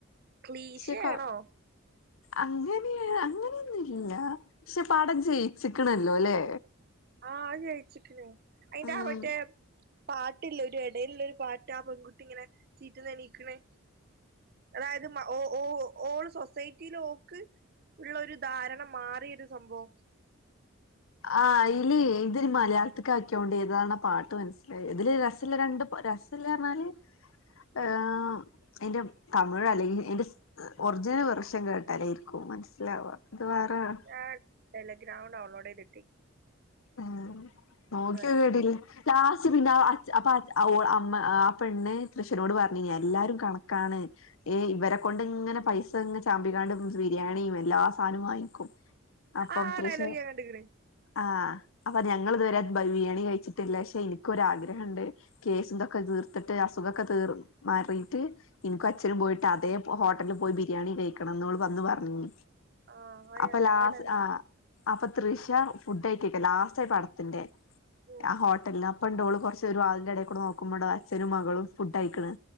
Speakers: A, on the right; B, on the left.
A: ക്ലീശയാണോ
B: ക്ഷെ ക അങ്ങനെ അങ്ങനെയൊന്നുംല്ല. പക്ഷെ പടം ജയിച്ചിക്കണല്ലോ ലേ?
A: ആഹ, അത് ജയിച്ചിക്ക്ണ്. അയിന്റെ
B: ഉം
A: ആ മറ്റേ പാട്ടില്ലേ? ഒരു എടയിലുള്ള ഒരു പാട് ട്ട ആ പെൺകുട്ടി ഇങ്ങനെ, സീറ്റ് നനയീക്ക്ണേ. അതായത്, ഓ, ഓ, ഓള് സൊസൈറ്റീല് ഓൾക്ക്... ഉള്ള ഒരു ധാരണ മാറിയൊരു സംഭവം.
B: ആഹ് അയില് ഇത് മലയാളത്ത്ക്ക് ആക്കിയോണ്ട്, ഏതാണ് പാട്ട് മനസ്സിലായി, ഇതില് രസല്ല രണ്ട് പാ രസ രസൽയാന്നർഞ്ഞാല്, ഹേ, അതിന്റെ തമിഴ് അല്ലെങ്കിൽ എയിന്റെ... ഒർജിനൽ വേർഷൻ കേട്ടാലേരിക്കും മനസ്സിലാവാ. ഇത് വേറെ ആണ്.
A: ഞാൻല് ടെലിഗ്രാം ഡൗൺലോഡ് ചെയ്തിട്ട്.
B: ആഹ്, നോക്കിയോകേ
A: ആഹ്
B: അടീല്. ലാസ്റ്റ് പിന്നെ അച് അപ്പ അമ്മ ആ പെണ്ണ് ത്തഷനോട് പറഞ്ഞീന്, എല്ലാരും കണക്കാണ്. ഈ ഇവരെ കൊണ്ട് ഇങ്ങനെ പൈസ ഇങ്ങനെ ചാമ്പികാണ്ട് ബിരിയാണിയും എല്ലാ സാധനം വാങ്ങിക്കും. അപ്പം
A: ആ
B: തൃശ്ശ
A: ഡയലോഗ് ഞാൻ കണ്ട്ക്ക്ണ്
B: ആഹ. അപ്പൊ ഞങ്ങൾ ഇതുവരെ ബ ബിയാണി കഴിച്ചിട്ടില്ല, പക്ഷെ ഇനിക്കൊരാഗ്രഹണ്ട്... കേസന്തൊക്കെ തീർത്തിട്ട്, അസുഖൊക്കെ തീർ മാറിയിട്ട്... എനിക്കും അച്ഛനും പോയിട്ട്, അതേ ഹോട്ടലിൽ പോയി ബിരിയാണി കഴിക്കണംന്ന് ഓള് വന്നു പറഞ്ഞി.
A: ആഹ്
B: അപ്പൊ, ലാസ്
A: ആ ഡയലോഗ്
B: ആഹ. അപ്പൊ തൃഷ ഫുഡൈപിക്ക ലാസ്റ്റ് പടത്തിന്റെ.
A: ഉം
B: ആ ഓ അപ്പണ്ട് ഓള് കുറച്ച് വാതിലിന്റെ എടേ കൂടെ നോക്കുമ്പോ, അഛനും മകളും ഫുഡയിക്ക്ണ്.